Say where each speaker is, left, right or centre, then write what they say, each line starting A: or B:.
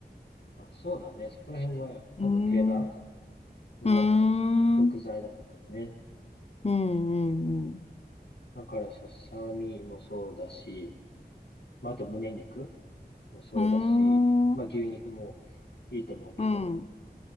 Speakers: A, on the left; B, on the left.
A: あ、そうだね。そこら辺は多分定番
B: うーん
A: の
B: うーん、
A: 食材だと思うよね。
B: うん、うん、
A: だからささみもそうだし、まあ、あと胸肉。もそうだし、
B: うん。
A: まあ牛肉も
B: う
A: いいと思うけど、
B: ーん、うん、